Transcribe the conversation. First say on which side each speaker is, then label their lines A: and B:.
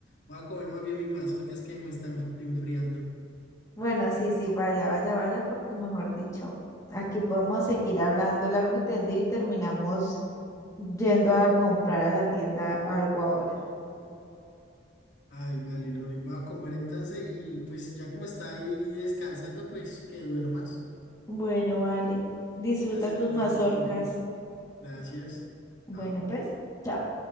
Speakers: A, on the left; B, on the left.
A: Voy a comer más bien mi mazorca, es que me está enfri- enfriando.
B: bueno, sí, sí, vaya, vaya, vaya, porque mejor dicho, aquí podemos seguir hablando largo y tendido y terminamos yendo a comprar a la tienda algo ahora.
A: Ay, vale, Lore, voy a comer entonces y pues ya como está ahí descansando, pues que duermas.
B: Bueno, vale, disfruta
A: Un placer
B: tus
A: hablar
B: mazorcas.
A: contigo. Gracias.
B: Bueno,
A: Chao.
B: pues, chao.